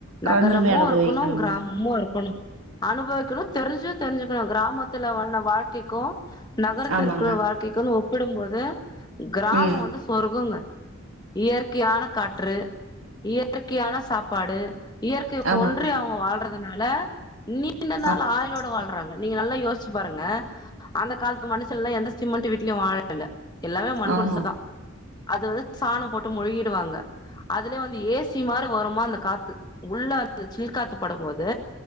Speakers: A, on the left; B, on the right.
A: நகரமு
B: ரெண்டுமே அனுபவிக்கணுங்க
A: இருக்கணு கிராமமு இருக்கணு அனுபவிக்கணு தெரிஞ்சு தெரிஞ்சுக்கணு கிராமத்துல வாழ்நா வாழ்க்கைக்கு நகரத்த
B: ஆமாங்க
A: இருக்கிற வாழ்க்கைக்கு ஒப் ப்பிடும் போது கிராமோ
B: ம்
A: வந்து சொர்ககுங்க இயற்கையான ரு இயற்கையான சாப்பாடு இயற்கைய
B: ஆமாங்க
A: ஒன்றி அவங்க வாழ்றதுனால நீ ண்ட நாள்
B: ஆமாங்க
A: ஆயிலோட வாழ்றாங்க நீங்க நல்லா யோசிச்சு பாருங்க அந்த காலத்து மனுஷன்ல எந்த சிமெண்ட் வீட்லயு வாழல எல்லாமே மண்
B: ஆமா
A: குடுசதா அது வந்து சாண போட்டு மொழிகிடுவாங்க அதுலய வந்து ஏ சி மார வருமா அந்த காத்து உள்ள அந்த ஜில் காத்து படும்போது